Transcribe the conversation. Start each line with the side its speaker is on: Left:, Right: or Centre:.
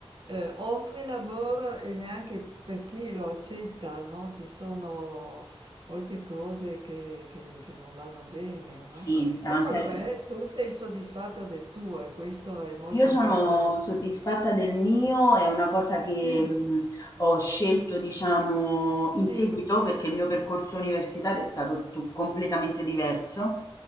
Right: eh, offre lavoro e neanche per chi lo accetta, no? Ci sono molte cose che, che- che non vanno bene, no?
Left: sì, anche
Right: Comunque, eh, tu sei soddisfatta del tuo e questo è molto
Left: Io sono
Right: importante,
Left: soddisfatta
Right: no?
Left: del mio, è una cosa che
Right: Mm,
Left: mh, ho scelto, diciamo, in
Right: sì,
Left: seguito perché il mio percorso universitario è stato tu- completamente diverso,